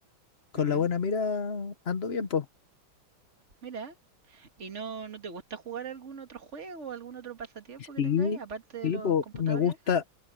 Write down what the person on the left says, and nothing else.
con
la buena mira ando bien,
Sí,
sí,
po,
me gusta,